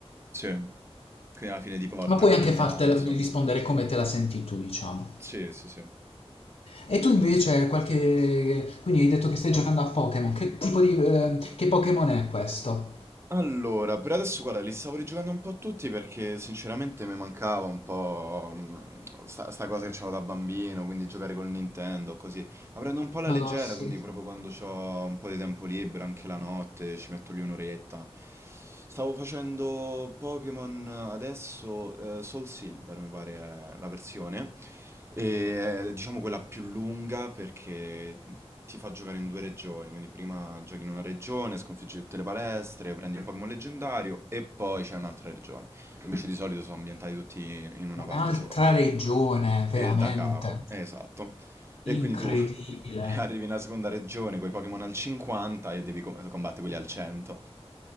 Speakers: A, on the right; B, on the left.
A: sì. Quindi alla fine ti porta
B: ma puoi
A: a quel
B: anche
A: finale,
B: fartela
A: insomma.
B: rispondere come te la senti tu, diciamo.
A: Sì, sì, sì.
B: E tu invece qualche... quindi hai detto che stai giocando a Pokémon, che tipo di... eh, che Pokémon è questo?
A: Allora, per adesso guarda, li stavo rigiocando un po' tutti perché sinceramente mi mancava un po' mm, sta, sta cosa che c'avevo da bambino, quindi giocare col Nintendo, così. La prendo un po' alla
B: Madonna,
A: leggera,
B: sì.
A: quindi proprio quando ho un po' di tempo libero, anche la notte, ci metto lì un'oretta. Stavo facendo Pokémon eh, adesso, eh, Soul Silver mi pare è la versione, e è, diciamo quella più lunga perché ti fa giocare in due regioni, quindi prima giochi in una regione, sconfiggi tutte le palestre, prendi il Pokémon leggendario e poi c'è un'altra regione. Invece di solito sono ambientati tutti in una
B: Un'altra
A: parte sola.
B: regione, veramente.
A: E da capo, esatto. E
B: Incredibile.
A: quindi tu <laughs> eh, arrivi nella seconda regione con i Pokémon al 50 e devi co- combattere quelli al 100.